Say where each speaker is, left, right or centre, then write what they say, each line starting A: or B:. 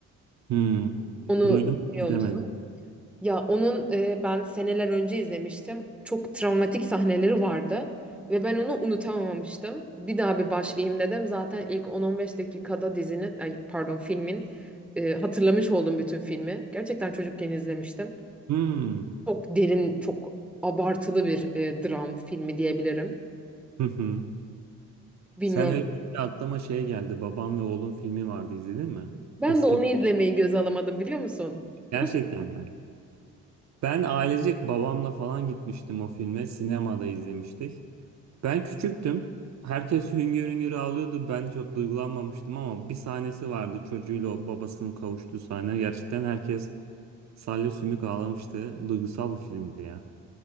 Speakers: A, on the right; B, in the centre.
A: Hmm.
B: Onu
A: Duydum
B: biliyor
A: ama izlemedim.
B: musun? Ya onun e, ben seneler önce izlemiştim. Çok travmatik sahneleri vardı ve ben onu unutamamıştım. Bir daha bir başlayayım dedim. Zaten ilk 10-15 dakikada dizinin, ay pardon filmin e, hatırlamış oldum bütün filmi. Gerçekten çocukken izlemiştim.
A: Hmm.
B: Çok derin, çok abartılı bir e, dram filmi diyebilirim.
A: Hı hı.
B: Bilmiyorum
A: Sen öyle deyince aklıma şey geldi. Babam ve oğlum filmi vardı izledin mi?
B: Ben
A: Eski
B: de onu izlemeyi göze alamadım biliyor musun?
A: gerçekten
B: Nasıl?
A: mi? Ben ailecek babamla falan gitmiştim o filme. Sinemada izlemiştik. Ben küçüktüm. Herkes hüngür hüngür ağlıyordu. Ben çok duygulanmamıştım ama bir sahnesi vardı. Çocuğuyla o babasının kavuştuğu sahne. Gerçekten herkes salya sümük ağlamıştı. Duygusal bir filmdi ya.